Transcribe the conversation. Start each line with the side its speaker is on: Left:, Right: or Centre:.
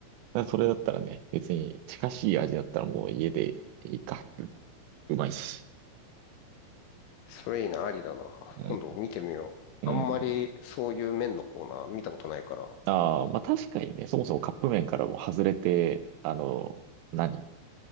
Right: らそれだったらね、別に近しい味だったらもう家でいいか。うまいし。
Left: それいいな、ありだな。
Right: うん。
Left: 今度見てみよう。
Right: うん。
Left: あんまりそういう麺のコーナー見たことないから。
Right: ああ、まあ確かにね、そもそもカップ麺からも外れて、あの、何